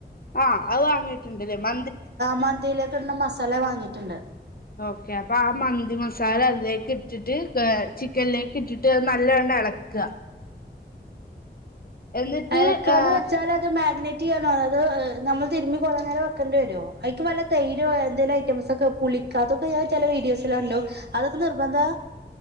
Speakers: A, on the left; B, on the right.
A: ആഹ് അത്‌ വാങ്ങി ഉണ്ടലെ മ
B: മന്തിയിലേക്ക് ഇടുന്ന മസാല വാങ്ങിയിട്ടുണ്ട്.
A: ഓക്കെ അപ്പൊ ആ മന്തി മസാല അതിലേക്ക് ഇട്ടിട്ട് ചിക്കനിലേക്ക് ഇട്ടിട്ട്. ന്നിട്ട് അത് നല്ലംട് ഇളക്ക. എന്നിട്ട്
B: എളക്കാന്ന്
A: ഏഹ്
B: വെച്ചാൽ അത് മാഗ്നേറ്റ്. ണോ അതോ നമ്മൾതിരുമ്മി കുറെ നേരം വെക്കേണ്ടി വരോ. അതിക്ക് വല്ല തൈരോ എന്തെങ്കിലും ഐറ്റംസ് ഒക്കെ പളി അതൊക്കെ ഞൻ ചില വീഡിയോസിലെ കണ്ടു അതൊക്കെ നിർബന്ധ.